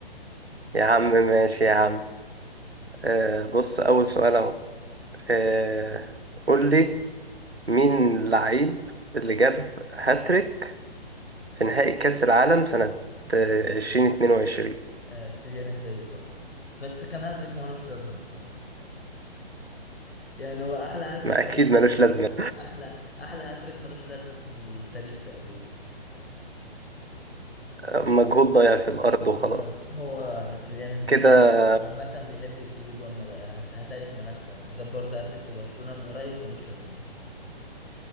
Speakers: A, on the right; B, on the left.
A: يا عم ماشي يا عم آه، بص اول سؤال اهو آه، قول لي مين اللعيب اللي جاب هاتريك في نهائي كأس العالم سنة 2022
B: آه كيليان امبابي طبعا بس كان هاتريك ملوش لازمة بصراحة يعني هو احلى هاتريك
A: ما
B: ملوش
A: أكيد ملوش
B: لازمة
A: لازمة
B: احلى احلى هاتريك ملوش لازمة في التاريخ تقريبا
A: مجهود ضايع في الأرض وخلاص
B: أما هو كيليان امبابي
A: كده
B: عم... عامة بيحب يجيب جوان مل... هت- هاتريك ملهاش لازمة جاب برضه هاتريك في برشلونة من قريب ملوش لازمة برضه